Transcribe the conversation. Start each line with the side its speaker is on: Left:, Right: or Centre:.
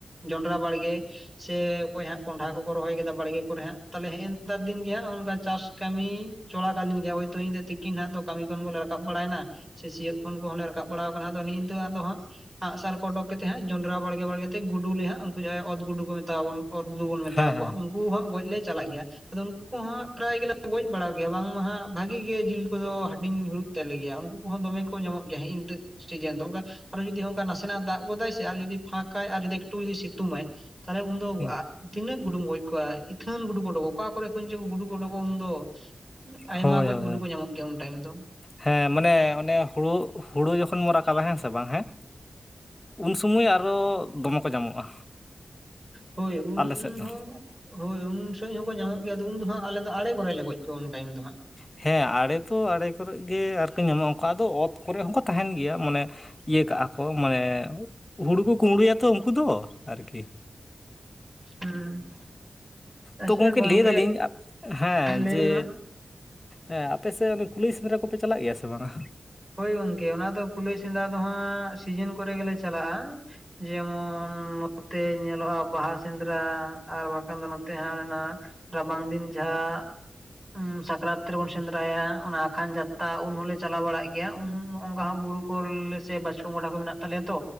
Right: ᱡᱚᱸᱱᱰᱨᱟ ᱵᱟᱲᱜᱮ ᱥᱮ ᱚᱠᱚᱭ ᱦᱟᱸᱜ ᱠᱚᱸᱰᱷᱟ ᱠᱚᱠᱚ ᱨᱚᱦᱚᱭ ᱟᱠᱟᱫᱟ ᱵᱟᱲᱜᱮ ᱠᱚᱨᱮ ᱦᱟᱸᱜ ᱛᱟᱦᱞᱮ ᱦᱮᱜᱮ ᱱᱮᱛᱟᱨ ᱫᱤᱱ ᱜᱮ ᱦᱟᱸᱜ ᱪᱟᱥ ᱠᱟᱹᱢᱤ ᱪᱚᱞᱟ ᱠᱟᱞᱤᱱ ᱜᱮᱭᱟ ᱦᱳᱭ ᱛᱚ ᱛᱤᱠᱤᱱ ᱦᱟᱸᱜ ᱫᱚ ᱠᱟᱹᱢᱤ ᱠᱷᱚᱱ ᱜᱮᱞᱮ ᱨᱟᱠᱟᱵ ᱵᱟᱲᱟᱭ ᱱᱟ ᱥᱮ ᱥᱤᱭᱳᱜ ᱠᱷᱚᱱ ᱠᱚᱦᱚᱸ ᱞᱮ ᱨᱟᱠᱟᱵ ᱵᱟᱲᱟ ᱟᱠᱟᱱᱟ ᱟᱫᱚ ᱱᱤᱜᱤ ᱱᱤᱛᱚᱜ ᱦᱟᱸᱜ ᱟᱸᱜ ᱥᱟᱨ ᱠᱚ ᱳᱰᱳᱠ ᱠᱟᱛᱮᱜ ᱦᱟᱸᱜ ᱡᱚᱸᱰᱨᱟ ᱵᱟᱲᱜᱮ ᱵᱟᱲᱜᱮ ᱜᱩᱰᱩᱞ ᱞᱮ ᱦᱟᱸᱜ ᱩᱱᱠᱩ ᱡᱟᱦᱟᱸᱭ ᱚᱛ ᱜᱩᱰᱩ ᱠᱚ ᱢᱮᱛᱟ ᱚᱛ ᱜᱩᱰᱩ ᱵᱚᱱ ᱢᱮᱛᱟᱣ
Left: ᱦᱮᱸ
Right: ᱟᱠᱚᱣᱟ
Left: ᱦᱮᱸ
Right: ᱩᱱᱠᱩ ᱩᱱᱠᱩ ᱦᱟᱸᱜ ᱜᱚᱡ ᱞᱮ ᱪᱟᱞᱟᱜ ᱜᱮᱭᱟ ᱟᱫᱚ ᱩᱱᱠᱩ ᱦᱚᱸᱜ ᱯᱨᱟᱭ ᱜᱮᱞᱮ ᱜᱚᱡ ᱵᱟᱲᱟ ᱠᱚ ᱜᱮᱭᱟ ᱵᱟᱝ ᱢᱟ ᱦᱟᱸᱜ ᱵᱷᱟᱜᱤ ᱜᱮ ᱡᱤᱞ ᱠᱚᱫᱚ ᱦᱟᱹᱴᱤᱧ ᱦᱩᱭᱩᱜ ᱛᱟᱞᱮ ᱜᱮᱭᱟ ᱩᱱᱠᱩ ᱠᱚᱦᱚᱸ ᱫᱚᱢᱮ ᱠᱚ ᱧᱟᱢᱚᱜ ᱜᱮᱭᱟ ᱦᱮᱸ ᱦᱤᱸᱜᱤ ᱱᱤᱛᱳᱜ ᱥᱮᱡᱮ ᱟᱫᱚ ᱚᱱᱠᱟ ᱟᱨᱚ ᱡᱩᱫᱤ ᱦᱚᱱᱠᱟ ᱱᱟᱥᱮᱱᱟᱜ ᱫᱟᱜ ᱜᱚᱫᱟᱭ ᱥᱮ ᱟᱨ ᱡᱩᱫᱤ ᱯᱷᱟᱸᱠᱟᱭ ᱟᱨ ᱡᱩᱫᱤ ᱮᱠᱴᱩ ᱥᱤᱛᱩᱝ ᱟᱭ, ᱛᱟᱦᱚᱞᱮ ᱩᱱ ᱫᱚ
Left: ᱦᱮᱸ
Right: ᱟ ᱛᱤᱱᱟᱹᱜ ᱜᱩᱰᱩᱢ ᱜᱚᱡ ᱠᱚᱣᱟ ᱤᱛᱷᱟᱹᱱ ᱜᱩᱰᱩ ᱠᱚ ᱩᱰᱩᱠᱚᱜᱼᱟ ᱚᱠᱟ ᱠᱚᱨᱮ ᱠᱷᱚᱱ ᱫᱚ ᱜᱩᱰᱩ ᱠᱚ ᱩᱰᱩᱠᱚᱜᱼᱟ ᱩᱱᱫᱚ ᱟᱭᱢᱟ
Left: ᱦᱳᱭ
Right: ᱠᱚᱡ
Left: ᱦᱳᱭ
Right: ᱜᱩᱰᱩ
Left: ᱦᱳᱭ
Right: ᱠᱚ ᱧᱟᱢᱚᱜ ᱜᱮᱭᱟ ᱩᱱ ᱴᱟᱭᱤᱢ ᱫᱚ
Left: ᱦᱮᱸ ᱢᱟᱱᱮ ᱚᱱᱮ ᱦᱩᱲᱩ ᱦᱩᱲᱩ ᱡᱚᱠᱷᱚᱱ ᱵᱚᱱ ᱨᱟᱠᱟᱵᱟ ᱦᱮᱸ ᱥᱮ ᱵᱟᱝ ᱦᱮᱸ ᱩᱱ ᱥᱚᱢᱚᱭ ᱟᱨᱚ ᱫᱚᱢᱮ ᱠᱚ ᱧᱟᱢᱚᱜᱼᱟ
Right: ᱦᱳᱭ ᱩᱱ
Left: ᱟᱞᱮ ᱥᱮᱫ ᱫᱚ
Right: ᱦᱚᱸ ᱦᱳᱭ ᱩᱱ ᱥᱚᱢᱚᱭ ᱦᱚᱸᱠᱚ ᱧᱟᱢᱚᱜ ᱜᱮᱭᱟ, ᱟᱫᱚ ᱩᱱᱫᱚ ᱫᱚ ᱦᱟᱸᱜ ᱟᱞᱮ ᱫᱚ ᱟᱲᱮ ᱠᱚᱨᱮ ᱞᱮ ᱜᱚᱡ ᱠᱚᱣᱟ ᱩᱱ ᱴᱟᱭᱤᱢ ᱫᱚᱦᱟᱸᱜ᱾
Left: ᱦᱮᱸ ᱟᱲᱮ ᱫᱚ ᱟᱲᱮ ᱠᱚᱨᱮᱜ ᱜᱮ ᱟᱨ ᱠᱤ ᱧᱟᱢᱚᱜᱟᱼᱟ ᱚᱱᱠᱟ ᱫᱚ ᱚᱛ ᱠᱚᱨᱮᱜ ᱦᱚᱸᱠᱚ ᱛᱟᱦᱮᱱ ᱜᱮᱭᱟ, ᱢᱟᱱᱮ ᱤᱭᱟᱹ ᱠᱟᱜᱼᱟ ᱠᱚ ᱢᱟᱱᱮ ᱦᱩᱲᱩ ᱠᱚ ᱠᱩᱢᱵᱽᱲᱩᱭᱟ ᱛᱚ ᱩᱱᱠᱩ ᱫᱚ ᱟᱨᱠᱤ᱾
Right: ᱦᱩᱸ
Left: ᱛᱳ
Right: ᱟᱪᱪᱷᱟ
Left: ᱜᱚᱢᱠᱮ
Right: ᱜᱚᱝᱠᱮ
Left: ᱞᱟᱹᱭ ᱫᱟᱞᱤᱧ ᱦᱮᱸ
Right: ᱞᱟᱹᱭ
Left: ᱡᱮ
Right: ᱵᱤᱱ ᱢᱟ
Left: ᱦᱮᱸ ᱟᱯᱮ ᱥᱮᱫ ᱠᱩᱞᱟᱹᱭ ᱥᱮᱸᱫᱽᱨᱟ ᱠᱚᱯᱮ ᱪᱟᱞᱟᱜ ᱜᱮᱭᱟ ᱥᱮ ᱵᱟᱝᱟ?
Right: ᱦᱳᱭ ᱜᱚᱝᱠᱮ ᱚᱱᱟ ᱫᱚ ᱠᱩᱞᱟᱹᱭ ᱥᱮᱸᱫᱽᱨᱟ ᱫᱚᱦᱟᱸᱜ ᱥᱤᱡᱤᱱ ᱠᱚᱨᱮ ᱜᱮᱞᱮ ᱪᱟᱞᱟᱜᱼᱟ᱾ ᱡᱮᱢᱚᱱ ᱱᱚᱛᱮ ᱧᱮᱞᱚᱜᱼᱟ, ᱵᱟᱦᱟ ᱥᱮᱸᱫᱽᱨᱟ ᱟᱨ ᱵᱟᱝᱠᱷᱟᱱ ᱫᱚ ᱱᱚᱛᱮ ᱦᱟᱸᱜ ᱚᱱᱮ ᱚᱱᱟ, ᱨᱟᱵᱟᱝ ᱫᱤᱱ ᱡᱟᱦᱟᱸ ᱥᱟᱠᱨᱟᱛ ᱨᱮᱵᱚᱱ ᱥᱮᱸᱫᱽᱨᱟᱭᱟ ᱚᱱᱟ ᱟᱠᱷᱟᱱ ᱡᱟᱛᱟ ᱩᱱ ᱦᱚᱞᱮ ᱪᱟᱞᱟᱣ ᱵᱟᱲᱟᱜ ᱜᱮᱭᱟ ᱩᱱ ᱚᱱᱠᱟ ᱵᱩᱨᱩ ᱠᱚᱞᱮ ᱥᱮ ᱵᱟᱪᱠᱚᱢ ᱜᱚᱰᱟ ᱠᱚ ᱢᱮᱱᱟᱜ ᱛᱟᱞᱮᱭᱟ ᱛᱚ